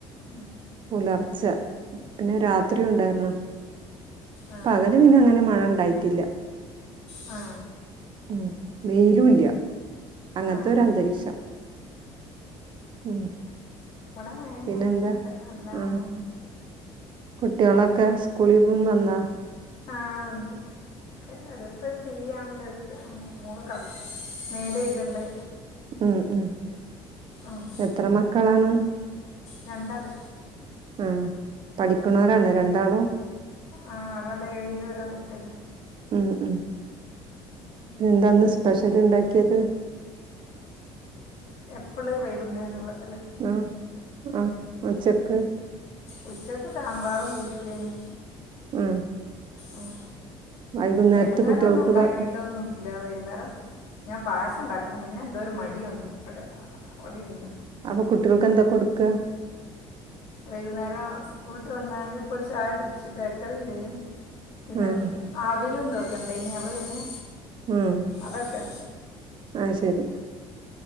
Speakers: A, on the left; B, on the right.
A: ഉം
B: പുലർ ച്ച പിന്നെ രാത്രി ഉണ്ടായിരുന്നു
A: ആ
B: പകല് പിന്നെ അങ്ങനെ മഴണ്ടായി ട്ടില്ല
A: ആ
B: ഉം വെയിലും ഇല്ല അങ്ങനത്തെ
A: ആ
B: ഒരന്തരീക്ഷം ഉം
A: ഇവിടെ മഴന്നെയാണ്
B: പിന്നെന്താ
A: ഇന്നൊക്കെ നല്ല മഴയന്നേ
B: ആഹ്
A: നി
B: കുട്ടികളൊക്കെ സ്കൂളി പോന്ന്ന്നാ
A: ആ വന്ന് ഒക്കെ ഓരോര്ത്തരു ടി വി കാണ് ചെറുത് മോള് കളി മേല് കഴ്ക്കണ്ട്
B: ഉം ഉം
A: ഉം
B: എത്ര മക്കളാണ്
A: രണ്ടാള്
B: ആ പഠിക്കുന്നവരാണ് രണ്ടാളും
A: ആ ഒരാള് ഏഴിലും ഒരാള് എട്ടിലും
B: ഉം ഉ
A: ഉം
B: പിന്നെന്താ സ്പെ ഷലിണ്ടാക്കിയത്
A: എപ്പള് വൈകുന്നേരള്ളത്
B: ഉം ഉം ഉച്ചക്ക്
A: ഉച്ചക്ക് സാമ്പാറും ബീഫുവേനി
B: ഉം
A: യം
B: വൈകുന്നേരത്ത്
A: വൈകുന്നേരം
B: കുട്ടികൾക്ക്
A: ഒന്നും ഉണ്ടാക്കിട്ടൊന്നും
B: ഭ-
A: ഇല്ല വൈകുന്നേരം ഞാൻ പായസം ഉണ്ടാക്കണം പിന്നെന്തോ ഒരു മടിയോന്നി ഇവിടെ അവിടെ ഇര്ന്ന്
B: അപ്പൊ കുട്ടികൾക്ക് എന്താ കൊടുക്ക
A: വൈകുന്നേരം സ്കൂളിട്ട് വന്നാരെ ഇപ്പൊര് ചായ കുടിച്ച് ബേക്കറി ഇണ്ടേനി പിന്നെ
B: ആഹ്
A: അവിലും ഇതൊക്കെണ്ടേനി അപ്പൊ പിന്നെ
B: ഉം
A: അതൊക്കെ
B: ആഹ് ശരി